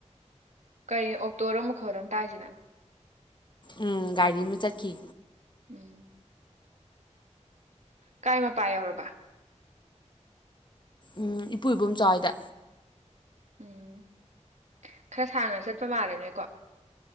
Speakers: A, on the right; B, on the left.
A: ꯀꯔꯤ ꯑꯣꯛꯇꯣꯔ ꯃꯈꯣꯜ ꯑꯃ ꯇꯥꯏꯖꯤꯅ
B: ꯎꯝ ꯒꯥꯔꯤ ꯑꯃ ꯆꯠꯈꯤ
A: ꯎꯝ ꯀꯥꯏ ꯃꯄꯥ ꯌꯧꯔꯕ
B: ꯎꯝ ꯏꯄꯨ ꯏꯕꯣꯝꯆꯥ ꯍꯣꯏꯗ
A: ꯎꯝ ꯈꯔ ꯁꯥꯡꯅ ꯆꯠꯄ ꯃꯥꯜꯂꯦ ꯅꯣꯏꯀꯣ